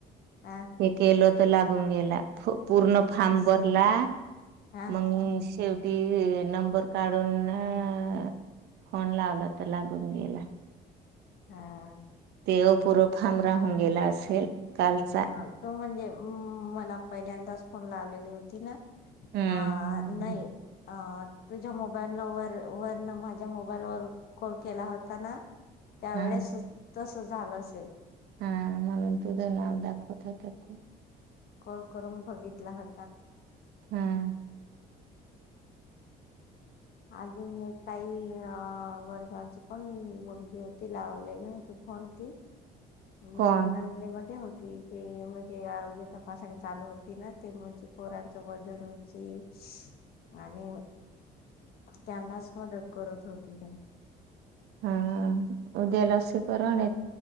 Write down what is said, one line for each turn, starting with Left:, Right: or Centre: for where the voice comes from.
Left: अ
Right: हे केलंत त लागून गेला फु पूर्ण फार्म
Left: असं
Right: भरला
Left: हा
Right: मंग शे ती अ नंबर काढून अअ फोन लावला तर लागून गेला.
Left: हा आ.
Right: ते ओ पुर फार्म राहून गेला असेल कालचा
Left: हाव तो म्हणजे अ मला पहिल्यांदाच फोन आलेली होती ना
Right: हम्म
Left: आ नाही अ तुझ्या मोबाईल न वर वर न माझ्या मोबाईल वर कॉल केला होता ना त्यावेेळेस
Right: हा
Left: तस झालं असेल
Right: हा म्हणून तुझं नाव दाख <unintelligible>
Left: कॉल करून बघितला हो
Right: हा.
Left: अजून एक ताई अ वर्गाची पण मुलगी होती लावलेली होती फोन ती <unintelligible> ती
Right: कोण
Left: जे म्हणजे आरोग्य तपासणी चालू होती ना ते म्हणजे पोरांचं वजन उंची आणि त्यांनाच मदत करत होती.
Right: हा उद्या लसीकरण ये